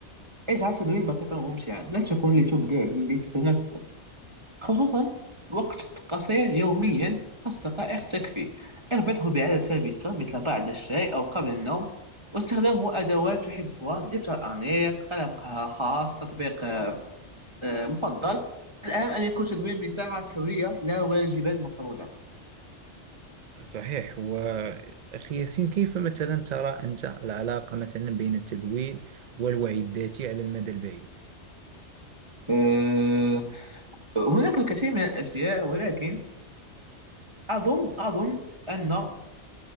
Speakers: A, on the right; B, on the right.
A: اجعل تدوين بسيطا وممتعا لا تكن لتبدع بل لتتنفس خصوصا وقت قصير يوميا خمس دقائق تكفي اربطه بعادة ثابتة مثل بعد الشاي أو قبل النوم واستخدامه أدوات تحبها دفتر أنيق قلم قه- خاص تطبيق آه، مفضل الأهم أن يكون تدوين مساحة حرية لا واجبا مفروضا
B: صحيح وأخي ياسين كيف مثلا ترى أنت العلاقة مثلا بين التدوين والوعي الذاتي على المدى البعيد
A: آه، هناك الكثير من الأشياء ولكن أظن أظن أن